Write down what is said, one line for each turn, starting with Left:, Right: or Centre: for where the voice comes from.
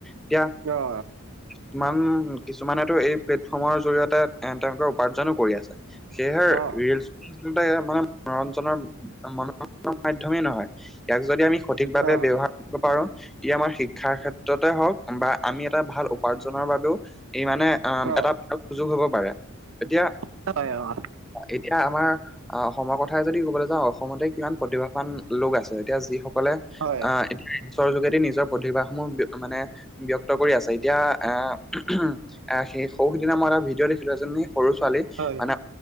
Centre: এতিয়া
Right: কিয়?
Centre: কিমান কিছুমানেটো এই প্লেটফৰ্মৰ জৰিয়তে এ তেওঁলোকে উপাৰ্জনো কৰি আছে। সেয়েহে
Right: অ
Centre: ৰিলচ মানে মনোৰঞ্জনৰ <unintelligible> মাধ্যমমেই নহয়। ইয়াক যদি আমি সঠিক ভাৱে
Right: অ
Centre: ব্যৱহাৰ কৰিব পাৰো তে আমাৰ শিক শিক্ষাৰ ক্ষেত্ৰতে হওক বা আমি এটা ভাল উপাৰ্জনৰ বাবেও ই মানে
Right: অ
Centre: এটা ভাল সুযোগ হ'ব পাৰে এতিয়া
Right: <unintelligible>
Centre: এতিয়া আমাক আহ, অসমৰ কথাই যদি কবলৈ যাওঁ অসমতে কিমান প্ৰতিভাৱান লোক আছে এতিয়া যিসকলে
Right: হয়
Centre: আহ, ইনফ্লোয়েঞ্চৰ যোগেদি নিজৰ প্ৰতিভাসমূহ মানে ব্যক্ত কৰি আছে এতিয়া এ <unintelligible> এ সেই সৌ সেইদিনা মই এটা ভিডিঅ' দেখিলো এজনী সৰু ছোৱালী
Right: হয়
Centre: মানে